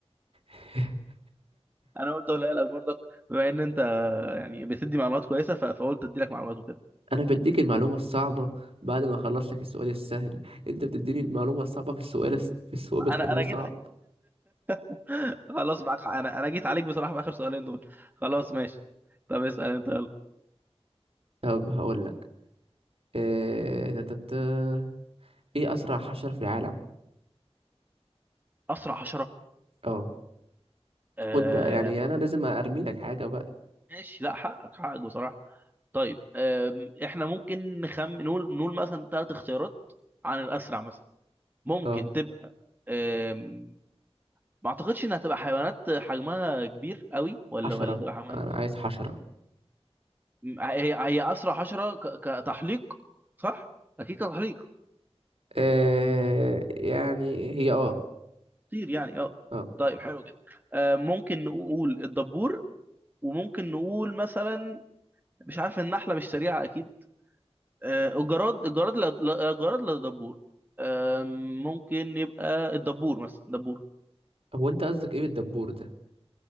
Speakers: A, on the right; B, on the right.
A: <laughs>
B: انا قلت اقولها لك برضك بما ان انت يعني بتدي معلومات كويسه ف- فقلت ادي لك معلومات وكده
A: انا بديك المعلومه الصعبه بعد ما اخلص لك السؤال السهل انت بتديني المعلومه الصعبه في السؤال الس... في السؤال بتخلوني
B: انا انا
A: صعب
B: جيت <laughs> خلاص معاك حق. انا انا جيت عليك بصراحه في اخر سؤالين دول خلاص ماشي طب اسال انت يلا
A: طب هقول لك إيه... تتت- ايه اسرع حشره في العالم
B: اسرع
A: اه
B: حشره
A: خد بقى يعني انا لازم ارمي لك حاجه بقى
B: ماشي لا حقك حقك بصراحة طيب أم، احنا ممكن نخم نقول نقول مثلا ثلاث اختيارات عن الأسرع مثلا ممكن
A: اه
B: تبقى أم، ما اعتقدش انها تبقى حيوانات حجمها كبير قوي ولا
A: حشره
B: ولا تبقى حجمها
A: انا
B: كبير
A: عايز حشره
B: م، هي هي أسرع حشرة ك- كتحليق صح؟ أكيد كتحليق
A: إيه... يعني هي اه
B: كتير يعني اه
A: اه
B: طيب حلو جدا أم، ممكن نقول الدبور وممكن نقول مثلا مش عارف النحلة مش سريعة أكيد آه، الجراد الجراد لا لا- الجراد لا دبور آم، ممكن يبقى الدبور مثلا دبور
A: هو انت قصدك ايه بالدبور ده